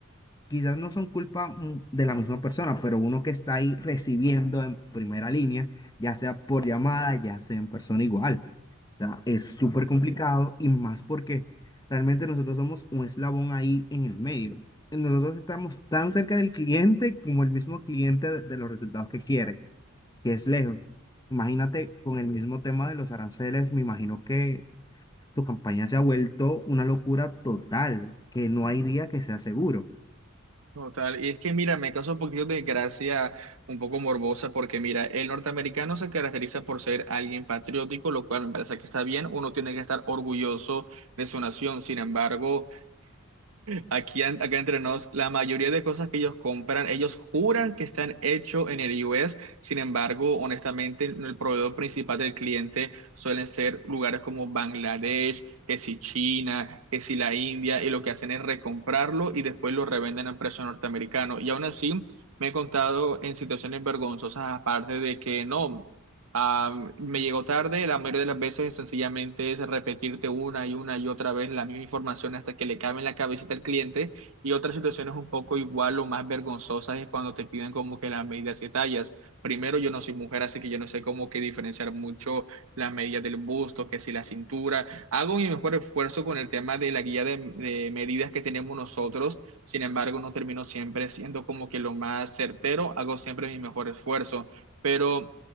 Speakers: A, on the left; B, on the right.
A: quizás no son culpa mm, de la misma persona, pero uno que está ahí recibiendo en primera línea, ya sea por llamada, ya sea en persona igual. O sea, es súper complicado y más porque realmente nosotros somos un eslabón ahí en el medio. Nosotros estamos tan cerca del cliente como el mismo cliente de, de los resultados que quiere, que es lejos. Imagínate con el mismo tema de los aranceles, me imagino que tu campaña se ha vuelto una locura total, que no hay día que sea seguro.
B: total, y es que mira, me causa un poquito de gracia, un poco morbosa, porque mira, el norteamericano se caracteriza por ser alguien patriótico, lo cual me parece que está bien, uno tiene que estar orgulloso de su nación, sin embargo, Aquí, an- acá entre nos, la mayoría de cosas que ellos compran, ellos juran que están hechos en el U. S. sin embargo, honestamente, el proveedor principal del cliente suelen ser lugares como Bangladesh, que si China, que si la India, y lo que hacen es recomprarlo y después lo revenden a precio norteamericano. Y aún así, me he contado en situaciones vergonzosas, aparte de que no. Am, me llegó tarde, la mayoría de las veces sencillamente es repetirte una y una y otra vez la misma información hasta que le cabe en la cabecita al cliente. Y otras situaciones un poco igual o más vergonzosas es cuando te piden como que las medidas y tallas. Primero, yo no soy mujer, así que yo no sé cómo que diferenciar mucho las medidas del busto, que si la cintura. Hago mi mejor esfuerzo con el tema de la guía de, de medidas que tenemos nosotros. Sin embargo, no termino siempre siendo como que lo más certero, hago siempre mi mejor esfuerzo. Pero